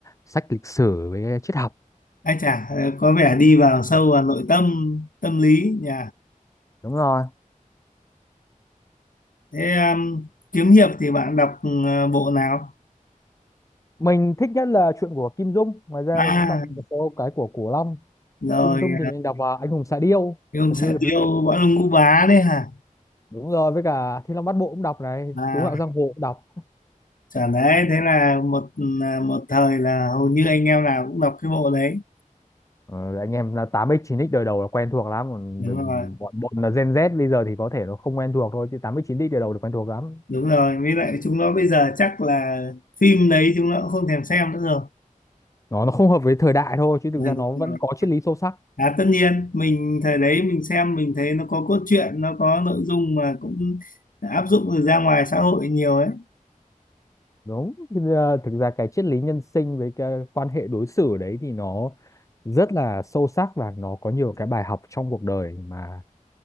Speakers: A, on the left; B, on the left.
A: sách lịch sử với triết học.
B: Ai chả ờ, có vẻ đi vào sâu vào nội tâm tâm lý nhỉ.
A: Đúng rồi.
B: Thế um, kiếm hiệp thì bạn đọc ờ, bộ nào?
A: Mình thích nhất là chuyện của Kim Dung. Ngoài ra
B: À,
A: mình cũng đọc một số cái của Cổ Long.
B: rồi
A: Kim Dung thì mình đọc à, Anh Hùng Xạ Điêu,
B: uh, ông
A: Thần
B: xã
A: Điêu Hiệp
B: điêu
A: Lữ.
B: võ lâm ngũ bá đấy hả?
A: Đúng rồi, với cả Thiên Long Bát Bộ cũng đọc này,
B: À,
A: Cứu Ngạo Giang Hồ cũng đọc.
B: chả đấy, thế là một ừ, à, một thời là hầu như anh em nào cũng đọc cái bộ đấy.
A: Ờ, anh em là tám x chín x đời đầu là quen thuộc lắm còn
B: Đúng rồi.
A: bọn bọn là Gen Z bây giờ thì có thể nó không quen thuộc thôi chứ tám x chín x đời đầu là quen thuộc lắm
B: đúng rồi với lại chúng nó bây giờ chắc là phim đấy chúng nó cũng không thèm xem nữa rồi
A: nó nó không hợp với thời đại thôi chứ thực
B: <laughs>
A: ra nó vẫn có triết lý sâu sắc
B: à tất nhiên mình thời đấy mình xem mình thấy nó có cốt truyện nó có nội dung mà cũng áp dụng được ra ngoài xã hội nhiều ấy
A: đúng Thực ra thực ra cái triết lý nhân sinh với cái quan hệ đối xử đấy thì nó rất là sâu sắc và nó có nhiều cái bài học trong cuộc đời mà